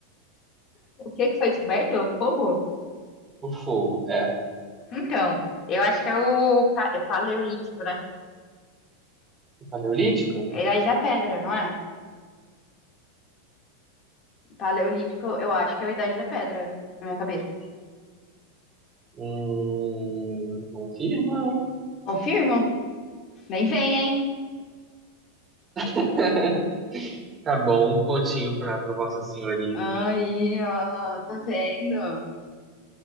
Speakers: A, on the left (about 40°); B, on the right (about 20°).
A: O que que foi descoberto? Fogo?
B: O fogo é
A: Então, eu acho que é o pa- é paleolítico, né?
B: o Paleolítico?
A: É a Idade da Pedra, não é? Paleolítico, eu acho que é a Idade da Pedra, na minha cabeça.
B: Hum, confirma.
A: Confirmo? Nem vem, hein?
B: <laughs> Tá bom, um pontinho pra, pra Vossa Senhoria.
A: Aí, ó, tá vendo?